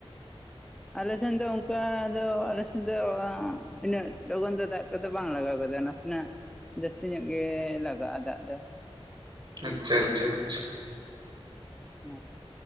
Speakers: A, in the centre; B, on the right.
A: ᱟᱞᱮ ᱥᱮᱱ ᱫᱚ ᱚᱱᱠᱟ ᱫᱚ ᱟᱞᱮ ᱥᱮᱱ ᱫᱚ ᱩᱱᱟᱹᱜ ᱞᱚᱜᱚᱱ ᱫᱚ ᱫᱟᱜ ᱱᱚᱛᱮ ᱫᱚ ᱵᱟᱝ ᱞᱟᱜᱟᱣ ᱜᱚᱫᱚᱜ-ᱟ ᱱᱟᱥᱮᱱᱟᱜ ᱡᱟᱥᱛᱤ ᱧᱚᱜ ᱜᱮ ᱞᱟᱜᱟᱜᱼᱟ ᱫᱟᱜ ᱫᱚ
B: ᱟᱪᱪᱷᱟ ᱟᱪᱪᱷᱟ ᱟᱪᱪᱷᱟ
A: ᱦᱳᱭ